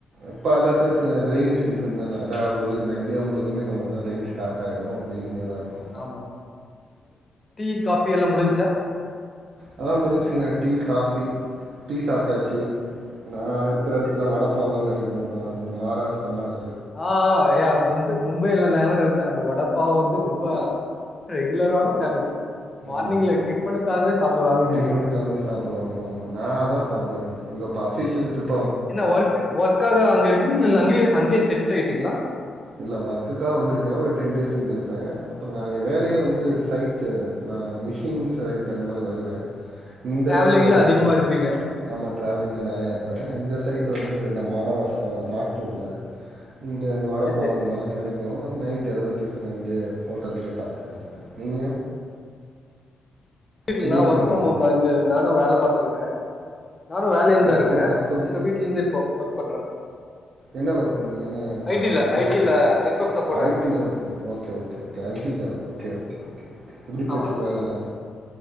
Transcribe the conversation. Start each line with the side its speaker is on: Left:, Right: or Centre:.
Right: இப்ப எல்லாத்துக் ச ரெய்னிங்க்
Left: ஓகே
Right: சீசன் தான எல்லாவூர்லயு இந்தியாமுழுக்கமே கொஞ்ச கொஞ்ச ரெய்ன் ஸ்ட்டார்ட்டாயிடு ரெய்னிங்காதாருக்கும்
Left: ஆமா டீ காபி எல்லா முடிஞ்சிச்சா
Right: அதெல்லா முடிஞ்சிங்க டீ காஃபி டீ சாப்ட்டாச்சு நா இருக்கிற இடத்துல
Left: சேரி சேரி
Right: வடைப்பாலாம் கெடைக்கு நான் கொஞ்சோ மகராஷ்டிராமாரி
Left: ஆ ஆ ய மும்பை மும்பையில நானு யிருந்த அந்த வடப்பாவவந்து ரொம்ப ரெகுலரானா ஃபேமஸ் மார்னிங்ல
Right: ஆமா
Left: டிஃபனுக்காகவே சாப்படுவாங்கன்னு நெனைக்கிறே
Right: டிஃபனுக்கு அப்டியே சாப்டுவாங்க ஆமா நா அதா சாப்டுவே இங்க அபிஷியல் ட்ரிப்
Left: என்ன ஒர்க் ஒர்க்காக அங்க இருக்கீங்களா இல்ல அங்கேய அங்கே செட்டில் ஆயிட்டீங்களா
Right: இல்ல ஒர்க்குக்காக வந்திருக்கேன் ஒரு டென் டேஸ் இங்கருப்பே அப்புறோ நான் வேலையே வந்து
Left: சேரி சேரி
Right: சைட் ம மிஷின் சைட் அந்த மாரி வருவே இந்த
Left: டிராவலிங்ல
Right: தடவ
Left: அதிகமா இருப்பீங்க
Right: ஆமா ட்ராவலிங்ல நெறையாயிருப்பேன் இந்த சைட் வந்து நா மகாராஷ்ட்ரா நாக்பூர்ல இங்க அந்த வடப்போ
Left: சேரி சேரி
Right: அந்தமாரிலாம் கெடைக்கு நைட்டு ஏதாவது டிஃபன் இங்கே ஹோட்டல்லேயே சாப்பிட்டுக்குவேங்க நீங்க
Left: வீட்லனா
Right: நீங்க என்ன
Left: ஒர்க்
Right: பண்றீங்க
Left: ஃப்ரம் ஹோம் தா இங்க நானு வேல பாத்திட்ருக்கே நானு வேலையில
Right: ஒர்க்
Left: தாருக்கே
Right: ஃப்ரம் ஒர்க் ஃப்ரம்
Left: இங்க வீட்லருந்தே இப்போ ஒர்க் பண்றே
Right: என்ன ஒர்க்குங்க என்ன
Left: ஐ
Right: ஜாப்
Left: டி ல
Right: என்ன
Left: ஐ
Right: டைப்
Left: டி ல நெட்வொர்க் சப்போர்ட்டா
Right: ஐ
Left: இருக்கே
Right: டி ல தாருக்கிங்களா okay okay okay okay I T job okay okay okay okay எப்டி
Left: ஆமா
Right: போய்ட்ருக்கு
Left: ஆமா
Right: வேலைல்லா